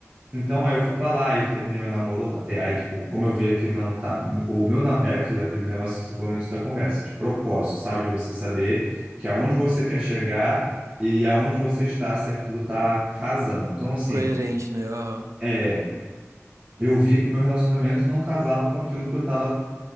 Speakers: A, on the right; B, on the right.
A: Então, aí eu fui pra lá, e eu terminei meu namoro lá. Até- Aí, tipo, como eu via que não tá. O meu namoro é aquilo, aquele negócio que você falou no início da conversa, de propósito, sabe? De você saber que aonde você quer chegar e aonde você está, se aquilo tá casando. Então, assim.
B: Coerente, né? Aham,
A: é eu vi que o meu relacionamento não casava com aquilo que eu estava